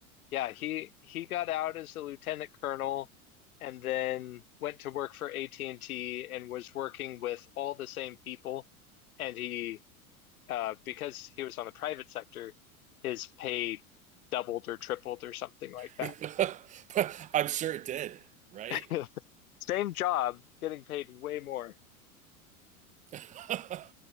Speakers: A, on the left (about 75°); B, on the right (about 20°).
A: yeah, he he got out as a lieutenant colonel and then went to work for AT&T and T and was working with all the same people. And he uh, because he was on the private sector, his pay doubled or tripled or something like that.
B: But I'm sure it did, right?
A: <laughs> Same job, getting paid way more.
B: <laughs>